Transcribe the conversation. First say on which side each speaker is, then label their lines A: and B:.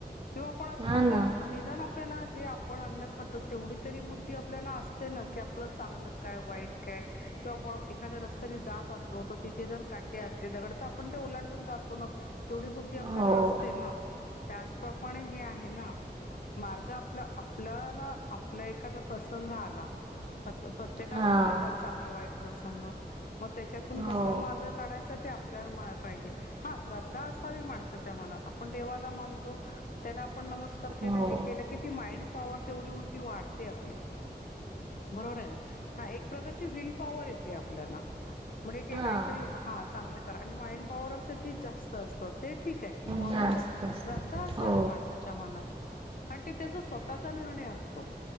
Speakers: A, on the left (about 55°); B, on the right (about 30°).
A: किंवा आपण
B: हा
A: खातोय
B: ना
A: अन्न निदान आपल्या जे आपण अन्न खात त तेवढी तरी बुद्धी आपल्याना असते ना की आपलं चांगलं काय वाईट काय किंवा आपण एखाद्या रस्त्याने जात असलो तर तिथे जर काटे असले दगड तर आपण ते ओलांडून जातो न तेवढी बुद्धी आपल्याना
B: हो
A: असते ना. त्याचप्रपाणे हे आहे ना मार्ग आपलं आपल्यना आपला एखादा प्रसंग आला प्रत प्रत्येकावरच
B: हा
A: येतात चांगले वाईट प्रसंग मग त्याच्यातून कसा
B: हो
A: मार्ग काढायचा ते आपल्याला पाहिजे हा श्रद्धा असावी माणसाच्या मनात आपण देवाला मानतो त्याला आपण नमस्कार केला
B: हो
A: हे केल की ती माइंड पॉवर तेवढी उलट वाढते आपली बरोबर हाय ना. हा एक प्रकारची व्हील पॉवर येते आपल्याला म्हणजे
B: हा
A: काहीतरी हा चांगल माइंड पावर असत तिच जास्त असत ते ठीक आहे ती म्हणून
B: जास्त
A: म्हणत श्रद्धा असावी
B: हो
A: माणसा सच्या मनात कारण ते त्याचा स्वतः चा निर्णय असतो.